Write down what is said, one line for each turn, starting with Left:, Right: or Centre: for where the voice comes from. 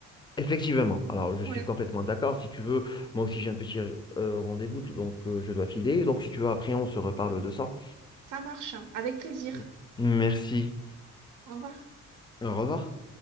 Left: Effectivement, alors je suis
Right: ouais
Left: complètement d'accord. Si tu veux, moi aussi j'ai un petit euh, rendez-vous, donc euh, je dois filer. Donc si tu veux, après on se reparle de ça.
Right: Ça marche, hein. avec plaisir.
Left: Mm. Merci.
Right: Au revoir.
Left: Au revoir.